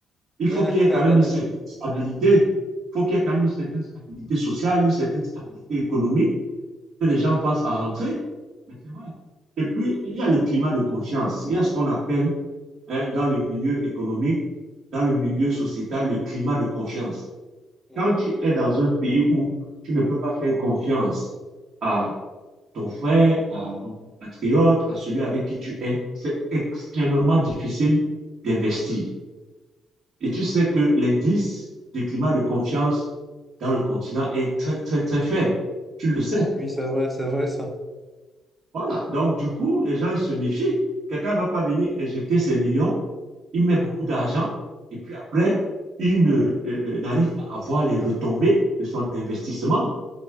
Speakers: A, on the right; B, in the centre.
A: Il faut
B: <laughs>
A: qu'il y ait quand même une certaine stabilité. Il faut qu'il y ait quand même une certaine stabilité sociale, une certaine stabilité économique, que les
B: Oui.
A: gens pensent à rentrer. Mais c'est vrai. Et puis, il y a le climat de confiance. Il y a ce qu'on appelle, hein, dans le milieu économique, dans le milieu sociétal, le climat de confiance.
B: Mhm.
A: Quand tu es dans un pays où tu ne peux pas faire confiance à ton frère, à ton compatriote, à celui avec qui tu es, c'est extrêmement difficile d'investir. Et tu sais que l'indice du climat de confiance dans le continent est très, très, très faible. Tu le sais.
B: Oui, c'est vrai, c'est vrai ça.
A: Voilà. Donc, du coup, les gens, ils se méfient. Quelqu'un ne va pas venir injecter ses millions, il met beaucoup d'argent, et puis après, il ne, euh, euh, n'arrive pas à voir les retombées de son investissement.